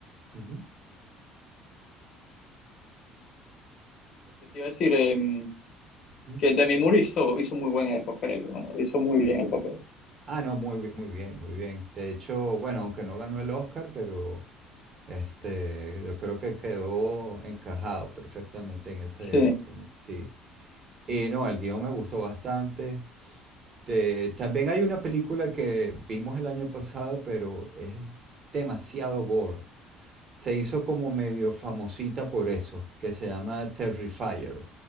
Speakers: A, on the right; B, on the left.
A: Ujú.
B: ¿qué te iba a decir? Em,
A: Ujú.
B: que Demi Moore hizo, hizo muy buen el papel, ¿no? Hizo muy bien el papel.
A: Ah, no, muy, bi- muy bien, muy bien. De hecho, bueno, aunque no ganó el Oscar, pero este, yo creo que quedó encajado perfectamente en ese,
B: Sí,
A: pa- en- sí. Y no, el guión me gustó bastante. Te- también hay una película que vimos el año pasado, pero es demasiado gore. Se hizo como medio famosita por eso, que se llama Terrifier,